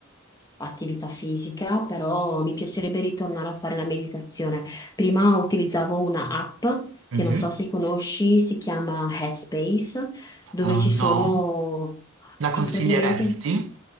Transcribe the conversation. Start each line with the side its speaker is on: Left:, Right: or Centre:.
Left: attività fisica, però mi piacerebbe ritornare a fare la meditazione. Prima utilizzavo una app
Right: Mhm.
Left: che non so se conosci, si chiama Headspace, dove
Right: Ah,
Left: ci sono,
Right: no? La
Left: sì,
Right: consiglieresti?
Left: praticamente,